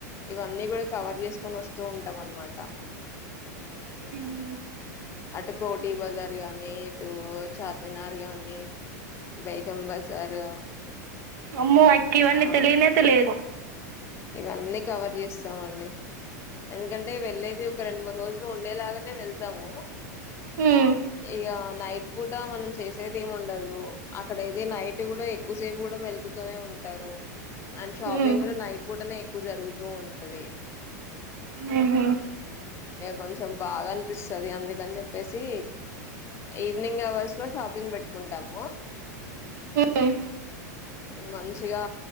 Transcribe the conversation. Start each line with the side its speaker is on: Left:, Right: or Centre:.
Left: ఇవన్నీ కూడ కవర్ చేసి తీసుకొని వస్తూటాం అనమాట
Right: ఉమ్
Left: అటు కోటి బజార్ గాని ఇటు చార్మినార్ కగాని బేగం బజారు
Right: అమ్మో అక్ ఇవన్నీ
Left: ఆ
Right: తెలియనె తే లేదు
Left: ఇవన్నీ కవర్ చేస్ ఇస్తామండి ఎందుకం వెళ్లేది ఒక రెండు మూడు రోజులు ఉండేలాగానే వెళ్త సము
Right: మ్మ్.
Left: ఇగ నైట్ కూడా మనం చేసేది ఉండదు అక్కడయితే ఇది నైట్ కూడా ఎక్కువసేపు కూడా మెలుగుతూనే ఉంటారు అండ్ షాపింగ్
Right: మ్మ్
Left: కూడా నైట్ పూటనే జరుగుంది ఉంటది
Right: మ్మ్ హ్మ్
Left: కొంచెం బాగా అనిపిస్తుది అందుకని చెప్పేసి ఈవినింగ్ అవర్స్ లో షాపింగ్ పెట్టుకుంటాము
Right: మ్మ్.
Left: మంచి మంచిగా